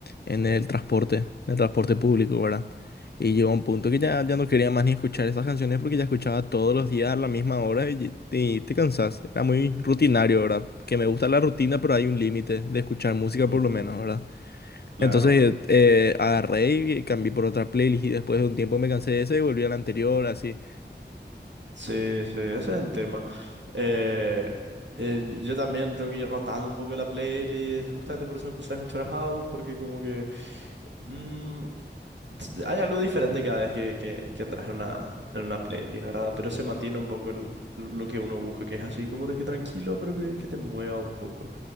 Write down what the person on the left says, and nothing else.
en el transporte, en el transporte público, ¿verdad? Y llegó un punto que ya, ya no quería más ni escuchar esas canciones porque ya escuchaba todos los días a la misma hora y, y te cansas. Era muy rutinario, ¿verdad? Que me gusta la rutina, pero hay un límite de escuchar música
por lo menos, ¿verdad?
Entonces eh, agarré y cambié por otra playlist y después de un tiempo me cansé de esa y volví a la anterior, así.